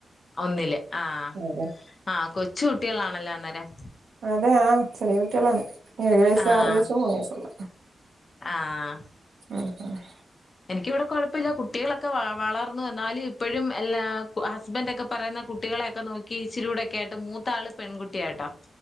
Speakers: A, on the left (about 50°); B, on the right (about 80°).
A: ഒന്നില് ആഹ്
B: അതെ
A: ആ കൊച്ച് കുട്ടികളാണല്ലോ അന്നേരം
B: അതെയ ആ ചെറിയ കുട്ടികളാണ് ഏഴു വയസ്സ്
A: ആഹ്
B: ആറു വയസ്സ് മൂന്ന് വയസ്സുള്ള
A: ആഹ്
B: ആഹ് ആഹ്
A: എനിക്കിവിടെ കുഴപ്പല്ല കുട്ടികളൊക്കെ വ വളർന്നു ന്നാലും ഇപ്പോഴും എല്ലാ ഹസ്ബന്റൊക്കെ പൊ പറയുന്ന കുട്ടികളെയൊക്കെ നോക്കി ഇച്ചിരിയൂടൊക്കായിട്ട് മൂത്താ ആള് പെൺകുട്ടിയ ട്ടോ